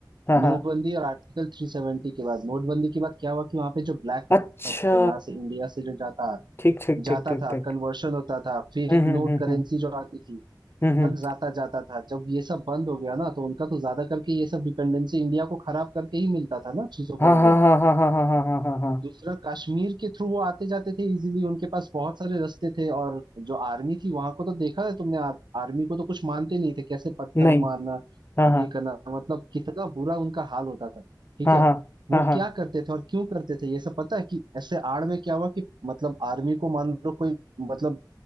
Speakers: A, on the left; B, on the right.
A: हाँ हाँ
B: नोटबंदी और आर्टिकल 370 के बाद नोटबंदी के बाद क्या हुआ कि वहां पे जो ब्लैक
A: अच्छा
B: होता था यहाँ से इंडिया से जो जाता
A: ठीक ठीक ठीक
B: जाता
A: ठीक
B: था
A: ठीक
B: कन्वर्शन होता था फेक
A: हम्म हम्म
B: नोट
A: हम्म
B: करेंसी
A: हम्म
B: जो आती थी
A: हम्म, हम्म,
B: तक जाता जाता था जब ये सब बंद हो गया ना तो उनका तो ज्यादा करके ये सब डिपेंडेंसी इंडिया को खराब करके ही मिलता था ना चीजों
A: हाँ
B: का उधर
A: हाँ हाँ हाँ हाँ हाँ हाँ हाँ हाँ हाँ
B: दूसरा कश्मीर के थ्रू वो आते जाते थे इजीली उनके पास बहुत सारे रास्ते थे और जो आर्मी थी वहां को तो देखा है तुमने आ, आर्मी को तो कुछ मानते नहीं थे कैसे पत्थर
A: नहीं
B: मारना
A: हाँ हाँ
B: ये करना मतलब कितना बुरा उनका हाल होता था ठीक
A: हाँ
B: है
A: हाँ
B: वो
A: हाँ
B: क्या करते थे और क्यों करते थे ये सब पता है कि ऐसे आड़ में क्या हुआ कि मतलब आर्मी को मान लो कोई मतलब